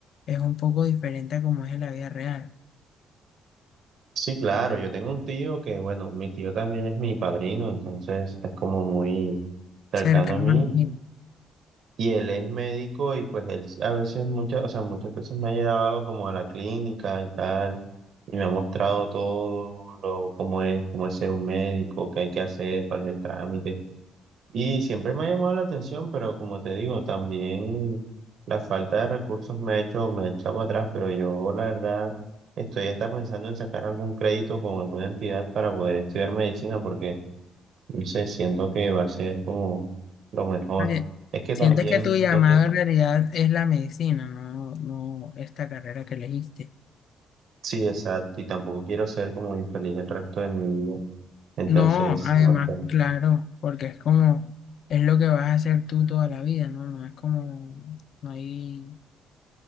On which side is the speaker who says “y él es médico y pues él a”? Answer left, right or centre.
Right